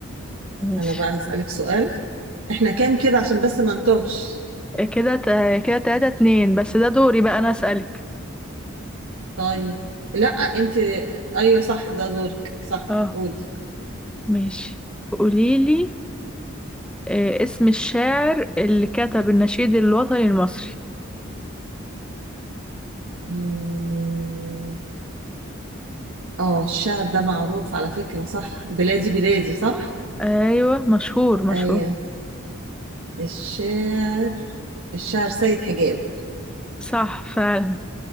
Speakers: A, in the centre; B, on the right.
A: ماشي
B: انا بقى هسألك سؤال احنا كام كده عشان بس ما نتوهش
A: آه، كده تا- كده تلاتة اتنين بس ده دوري بقى انا اسألك
B: طيب لا انت ايوه صح ده دورك صح
A: اه
B: قولي
A: ماشي قوليلي آه، اسم الشاعر اللي كتب النشيد الوطني المصري
B: مم. اه الشعر ده معروف على فكرة صح بلادي بلادي صح
A: ايوه مشهور مشهور
B: ايوه الشاعر الشاعر سيد حجاب
A: صح فعلا